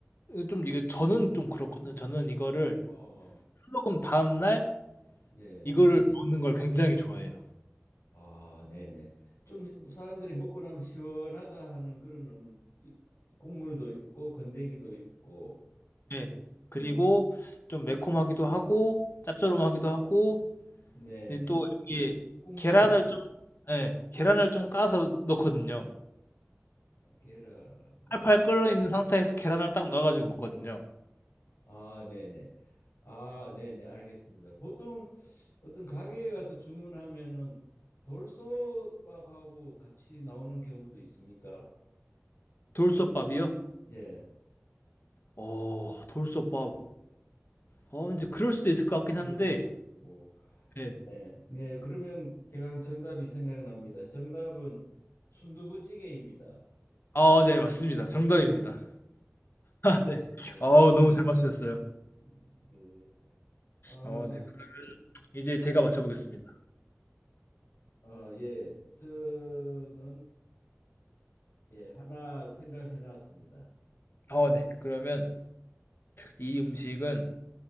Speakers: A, on the left; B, on the left.
A: 좀 이게 저는 좀 그렇거든요. 저는 이거를
B: 어,
A: 술 먹은 다음날
B: 네.
A: 이거를 먹는 걸 굉장히 좋아해요.
B: 아, 네네. 좀 사람들이 먹고 나면 시원하다 하는 그런 음, 이- 국물도 있고 건더기도 있고,
A: 예.
B: 그,
A: 그리고 좀 매콤하기도 하고 짭조름하기도 하고
B: 네네.
A: 이제 또 이게
B: 국물을,
A: 계란을 좀 예. 계란을 좀 까서 넣거든요.
B: 아, 계란을.
A: 팔팔 끓어 있는 상태에서 계란을 딱 넣어 가지고 먹거든요.
B: 아, 네네. 아, 네네. 알겠습니다. 보통 어떤 가게에 가서 주문하면은 돌솥밥하고 같이 나오는 경우도 있습니까?
A: 돌솥밥이요?
B: 예.
A: 어 돌솥밥. 어 인제 그럴 수도 있을 것 같긴 한데
B: 그럴 수도 있고.
A: 예.
B: 네. 네, 그러면 대강 정답이 생각납니다. 정답은 순두부찌개입니다.
A: 아 네 맞습니다. 정답입니다. 네.
B: 네.
A: <laughs> 어우 너무 잘 맞추셨어요.
B: 네. 아,
A: 어 네. 이제 제가 맞춰보겠습니다.
B: 아, 예. 저는 예, 하나 생각해 놨습니다.
A: 어 네. 그러면 이 음식은